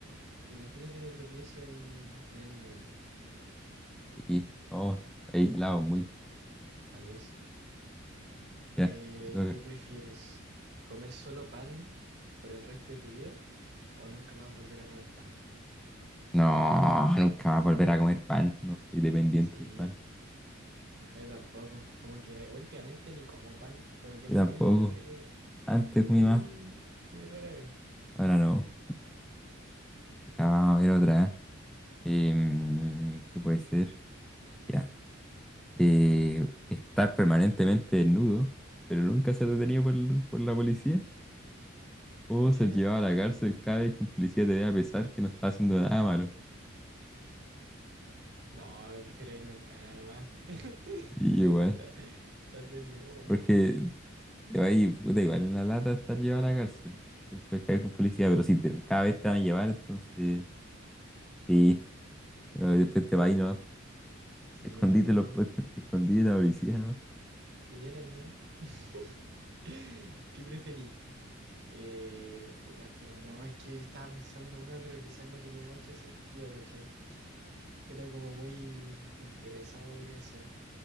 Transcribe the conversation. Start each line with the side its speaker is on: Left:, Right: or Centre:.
Right: imagínate me tropiezo en, en el metro.
Centre: Y no, aislado muy.
Right: Adiós.
Centre: Ya,
Right: Eh,
Centre: te toca.
Right: ¿qué prefieres? ¿Comer solo pan por el resto de tu vida o nunca más volver a comer pan?
Centre: No, nunca más volver a comer pan. No soy dependiente
Right: Sí,
Centre: del pan.
Right: No, yo tampoco. Como que últimamente ni como pan. Como que
Centre: Yo
Right: es muy,
Centre: tampoco.
Right: re-
Centre: Antes comía
Right: muy,
Centre: más,
Right: muy rara vez.
Centre: ahora no. Ya, vamos a ver otra. Eh, ¿qué puede ser? Ya. Eh, estar permanentemente desnudo, pero nunca ser detenido por, por la policía. O
Right: <laughs> ¿Ya?
Centre: ser llevado a la cárcel cada vez que un policía te vea a pesar que no está haciendo nada malo.
Right: No, prefiero irme en cana nomás. <laughs>
Centre: Y
Right: No
Centre: igual,
Right: me gusta estar desnudo,
Centre: porque
Right: weón.
Centre: te va a ir, puta, igual en la lata estar llevado a la cárcel. Que Puedes caer con policía, pero si te, cada vez te van a llevar, entonces sí, pero después te va y no
Right: Sí,
Centre: Te escondiste
Right: me voy
Centre: los,
Right: nomás.
Centre: po- <laughs> te escondí de la policía, ¿no?
Right: Y era nomás. <laughs> ¿Qué preferí? Eh, puta, espera, no, es que estaba pensando una, pero quizás no tenía mucho sentido, ¿cachai? Era como muy interesada, podría ser.